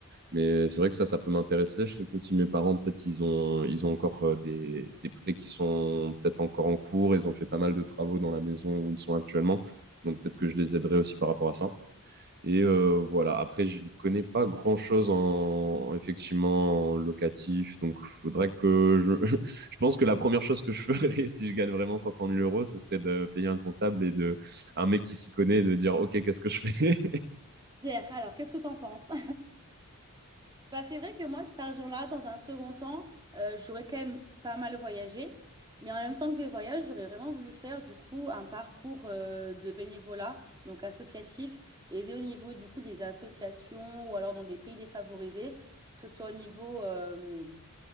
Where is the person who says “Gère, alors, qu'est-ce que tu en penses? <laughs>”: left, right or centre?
Right